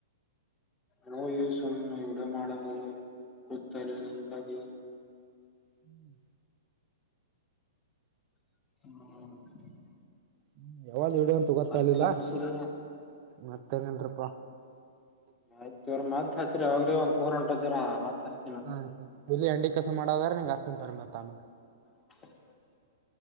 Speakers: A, on the left; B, on the right.
A: ನೋ ಯೂಸ ಒಣ ಇವಡ ಮಾಡದು <unintelligible> ಕೂತಲ್ಲ ನಿಂತಾರೆ <unintelligible>
B: ಹ್ಮ್
A: ಹ್ಮ್
B: ಹ್ಮ ಯಾವಾಗ ಇಡಂತ ಗೊತ್ತಾ
A: ಮತ್ತೇನ್
B: ಇಲಿಲ್ಲ
A: ಸರಿ
B: ಮತ್ತೇನನ್ರಪ್ಪ
A: ಮಯ್ತ್ <unintelligible> ಅವ್ರ ಮತ್ ಹತ್ರಿ ಅವಗ ಒ ಫೋನ್ ಹೊಂಟದರ ಮತ್ ಹಚ್ತೀನ.
B: ಆಯ್ತ ಆಯ್ತು ಇಲ್ಲಿ ಹಂಡಿ ಕಸ ಮಾಡದ್ರೆ ನಿಂಗ್ ಅಸ್ತಂತರ್ ಮತ್ತ ಅಲ್ಲ
A: <unintelligible>